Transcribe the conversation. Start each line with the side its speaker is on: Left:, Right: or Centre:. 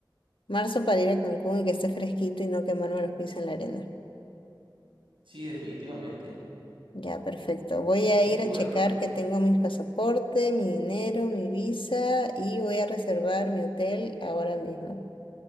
Left: Marzo para ir a Cancún y que esté fresquito y no quemarme los pies en la arena.
Right: sí, definitivamente.
Left: Ya, perfecto. Voy a
Right: ¿Qué
Left: ir
Right: tipo
Left: a checar
Right: de-
Left: que tengo mis pasaporte, mi dinero, mi visa y voy a reservar mi hotel ahora mismo.